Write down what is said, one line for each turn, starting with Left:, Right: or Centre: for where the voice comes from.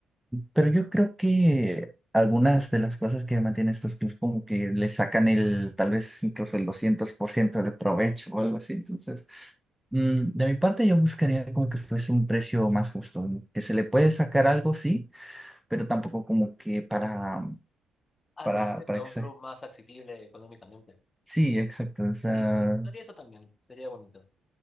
Centre: Pero yo creo que algunas de las cosas que mantienen estos clubs como que le sacan el, tal vez incluso el 200% de provecho o algo así. Entonces, mm, de mi parte yo buscaría como que fuese un precio más justo, ¿no? que se le puede sacar algo, sí, pero tampoco como que para,
Left: Ah,
Centre: para,
Left: te refieres
Centre: para
Left: a
Centre: exa-
Left: un club más accesible económicamente.
Centre: Sí, exacto. O sea,
Left: Sí, sería eso también, sería bonito.